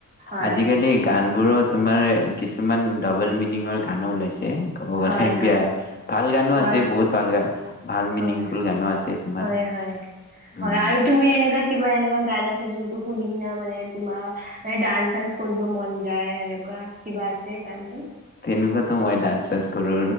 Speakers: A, on the right; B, on the left.
A: হয়
B: আজিকালি গান বোৰো তোমাৰ কিছুমান ডাবল মিনিঙৰ গানো ওলাইছে ক'ব
A: হয়
B: গলে
A: হয়
B: বিয়া ভাল গানো
A: হয়
B: আছে বহুত ভাল গান ভাল মিনিংফুল
A: হয়
B: গানো আছে তোমাৰ
A: হয় হয় হয়
B: উম
A: আৰু তুমি এনেকুৱা কিবা এনেকুৱা গান আছে যোনটো শুনি কিনা মানে তোমাৰ ডান্স চানস কৰিব মন যায় সেনেকুৱা কিবা আছে গানটো
B: তেনেকুৱাতো মই ডান্স চানস কৰো